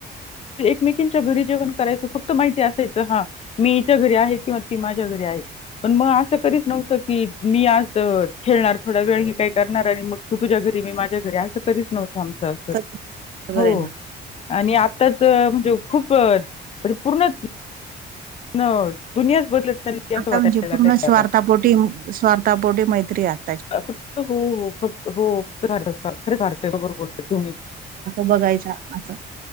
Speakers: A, on the left (about 35°); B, on the right (about 50°).
A: एकमेकीच्यां घरी जेवणं करायचं फक्तं माहिती असायचं, हां मीच्यां घरी आहे किंव्हा ती माझ्यां घरी आहे पणं मंग असं करीच नव्हतं की मी आंज खेळणांर थोंडा वेळ कांहीं करणारं आणि मंग तूं तुझ्यां घरी मी माझ्यां घरी असं कधीचं नव्हतं आमचं असं
B: कधी बरोबर
A: हो
B: आहे ना.
A: आणि आत्ताचं म्हणजे खूंप म्हणजे पूर्ण नं दुनियांच बदलतं चालली असं
B: आंता
A: वाटायला
B: म्हणजे
A: लागलंय
B: पूर्ण स्वार्थापोटी
A: आता.
B: स्वार्थापोटी मैत्री आंता
A: फक्तं हो हो फक्तं हो फक्तं कांत खरे करतेय बगरं बोलतांय तुम्हीं
B: बघायचां असं